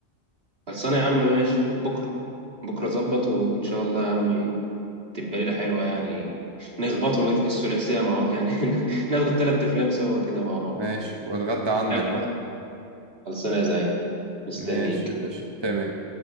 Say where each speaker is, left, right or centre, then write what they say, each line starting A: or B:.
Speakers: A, on the right; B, on the right.
A: خلصانه يا عم ماشي بكره بكره ظبط وان شاء الله يا عم تبقى ليلة حلوة يعني نخبطهم الثلاثية مع يعني <laughs> ناخد التلات أفلام سوا كده مع بعض
B: ماشي واتغدى عندك
A: يلا
B: بقى
A: يا حاج. خلصانة يا زعيم مستنيك
B: ماشي يا باشا تمام